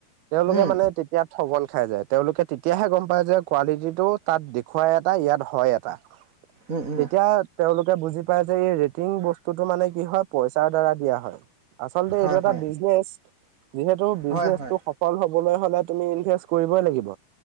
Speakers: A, on the right; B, on the right.
A: তেওলোকে
B: উম
A: মানে তেতিয়া ঠগন খাই যায় তেওলোকে তেতিয়াহে গম পায় যে কোৱালিটিটো তাত দেখুৱাই এটা ইয়াত হয় এটা।
B: উম উম
A: তেতিয়া তেওলোকে বুজি পায় যে এই ৰেটিং বস্তুতটো মানে কি হয় পইচাৰ দ্বাৰা দিয়া হয়। আচলতে
B: হয়
A: এইটো এটা
B: হয়
A: বিজনেচ। যিহেতু বিজনেচটো
B: হয় হয়
A: সফল হবলৈ হলে তুমি ইনভেষ্ট কৰিবই লাগিব।